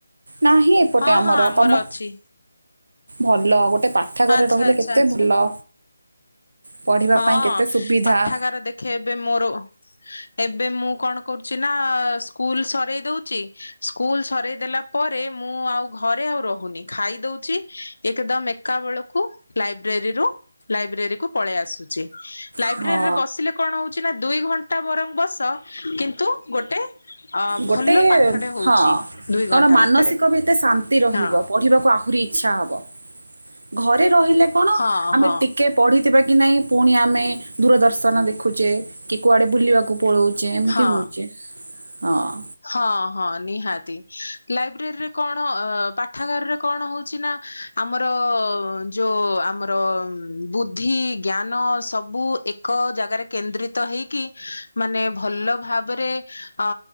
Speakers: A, on the right; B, on the left.
A: ନାହିଁ ଏପଟେ
B: ହଁ
A: ଆମର
B: ହଁ
A: ତମ
B: ଅଛି
A: ଭଲ ଗୋଟେ ପାଠ ଘରେ
B: ଆଚ୍ଛା
A: ରହିଲେ
B: ଆଚ୍ଛା
A: କେତେ
B: ଆଚ୍ଛା
A: ଭଲ ପଢ଼ିବା
B: ହଁ
A: ପାଇଁ କେତେ ସୁବିଧା
B: ପାଠାଗାର ଦେଖେ ଏବେ ମୋର। ଏବେ ମୁଁ କଣ କରୁଛି ନା ସ୍କୁଲ ସରୋଇ ଦଉଛି ସ୍କୁଲ ସରୋଇ ଦେଲା ପରେ ମୁଁ ଆଉ ଘରେ ଆଉ ରହୁନି ଖାଇଦଉଛି ଏକଦମ ଏକା ବେଳକୁ ଲାଇବ୍ରେରୀରୁ ଲାଇବ୍ରେରୀ କୁ ପଳେଇ ଆସୁ ଲାଇବ୍ରେରୀରେ
A: ହଁ
B: ବସିଲେ କଣ ହଉଛି ନା ଦୁଇ ଘଣ୍ଟା ବରଂ ବସ କିନ୍ତୁ ଗୋଟେ ଅ
A: ଗୋଟେ
B: ଭଲ ପାଠଟେ ହଉଛି
A: ହଁ
B: ଦୁଇ
A: ତର
B: ଘଣ୍ଟା
A: ମାନସିକ
B: ଭିତରେ
A: ବି ଏତେ ଶାନ୍ତି ରହିବ
B: ହଁ
A: ପଢିବାକୁ ଆହୁରି ରଛ ହବ ଘ ଘରେ ରହିଲେ କଣ
B: ହଁ
A: ଆମେ
B: ହଁ
A: ଟିକେ ପଢିଥିବା କି ନାଇଁ ପୁଣି ଆମେ ଦୂରଦର୍ଶନ ଦେଖୁଛେ କି କୁଆଡ଼େ ବୁଲିବାକୁ ପଳୋଉଛ ଏମିତି
B: ହଁ।
A: ହେଉଛି। ହଁ।
B: ହଁ ହଁ ନିହାତି ଲାଇବ୍ରେରୀରେ କଣ ପାଠାଗାରରେ କଣ ହଉଛି ନା ଆମର ଯୋଉ ଆମର ବୁଦ୍ଧି ଜ୍ଞାନ ସବୁ ଏକ ଜାଗାରେ କେନ୍ଦ୍ରିତ ହେଇକି ମାନେ ଭଲ ଭାବରେ ଅ